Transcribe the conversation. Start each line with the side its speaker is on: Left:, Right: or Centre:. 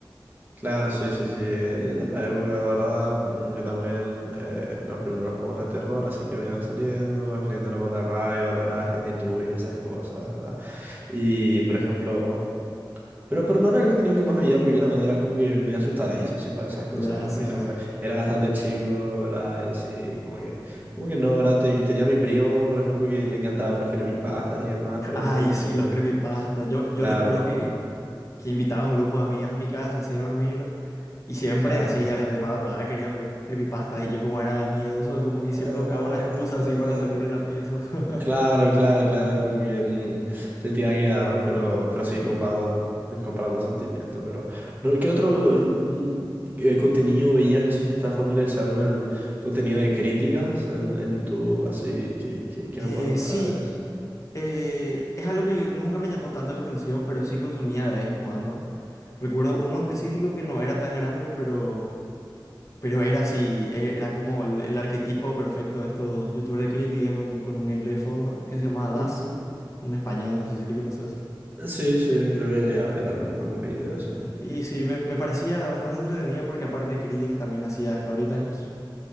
Right: Claro, sí, sí, sí. eh, Era la época, ¿verdad? Mm, Yo también, eh, los primeros juegos de terror, así que vayan saliendo, Slender Mandarray, Valorant, Slendytubbies, esas cosas, ¿verdad? Y, por ejemplo... Pero, pero no era el contenido que más veía, porque yo también era como que medio asustadizo, así, para esas
Left: Ya,
Right: cosas, ¿verdad?
Left: sí,
Right: Porque
Left: sí,
Right: era,
Left: sí.
Right: era bastante chico, ¿verdad? Y así, como que... Como que no, ¿verdad? Te- tenía a mi primo, por ejemplo, que le encantaban los creepypastas y demás, pero
Left: Ay,
Right: yo nunca
Left: sí,
Right: fui muy...
Left: los creepypastas.
Right: fan.
Left: Yo, yo
Right: Claro,
Left: recuerdo que que invitaba a un grupo de amigas a mi casa, así a dormir. Y siempre
Right: claro.
Left: así a la- de madrugada querían ver creepypastas y yo como era miedoso, como
Right: Eh,
Left: que siempre buscaba una excusa así para salir de la pieza. <laughs>
Right: Claro, claro, claro, como que mm, se te va a quedar, ¿no? pero, pero sí,
Left: Sí.
Right: comparto, comparto el sentimiento, pero... No, ¿qué otro mm, eh, contenido veías? No sé si estás familiarizado con el contenido de críticas en, en YouTube, así, ¿qué, qué, qué
Left: Eh,
Right: me puedes contar
Left: sí,
Right: de eso?
Left: eh, es algo que nunca me llamó tanto la atención, pero sí consumía de vez en cuando. Recuerdo uno específico que no era tan grande, pero, pero era así, eh, era como el, el arquetipo perfecto de estos youtubers de crítica con, con un gameplay de fondo que se llamaba
Right: Ujú.
Left: Das, un español, no sé si lo conoces.
Right: Sí, sí, creo que llegué a ver algún, algún video, sí.
Left: Y sí, me, me parecía bastante entretenido porque aparte de críticas también hacía story times